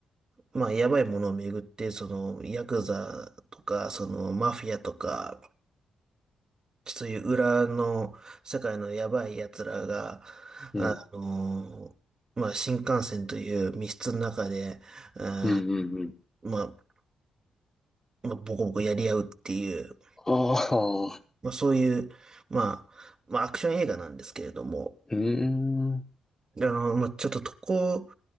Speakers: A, on the right; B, on the left.
A: まあ、やばいものをめぐって、その、ヤクザとか、その、マフィアとか、そういう裏の世界のやばい奴らが、
B: うん。
A: あのーまあ、新幹線という密室の中で、えー
B: うんうんうん
A: まあ、まあ、ボコボコやり合うっていう、
B: ああ、
A: まあ、そういう、まあ、まあ、アクション映画なんですけれども、
B: うーん。
A: あのーまあ、ちょっととこ